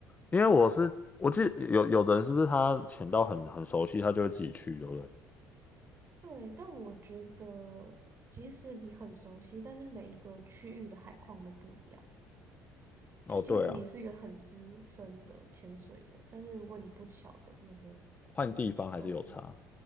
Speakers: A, on the left; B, on the right.
A: 因为我是我记得有有的人是不是他潜到很很熟悉，他就会自己去，对不对？
B: 对，但我觉得即使你很熟悉，但是每一个区域的海况都不一样。
A: 哦，
B: 就即使你是一个很资深的潜水员，
A: 对啊，
B: 但是如果你不晓得那个，
A: 换地方还是有差。
B: 嗯，